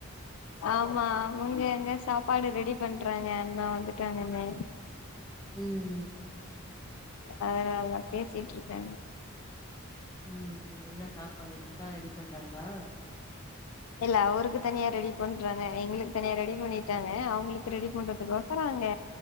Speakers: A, on the left; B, on the left.
A: ஆமா அவுங்க அங்க சாப்பாடு ரெடி பண்றாங்க அண்ணா வந்துட்டாங்கன்னு
B: ம்
A: அதனால பேசிட்டு இருக்காங்க
B: ம் என்ன சாப்பாடு இப்பதா ரெடி பண்றாங்ளா
A: இல்ல அவருக்கு தனியா ரெடி பண்றாங்க எங்களுக்கு தனியா ரெடி பண்ணிட்டாங்க அவுங்ளுக்கு ரெடி பண்றதுக்கோசரோ எங்க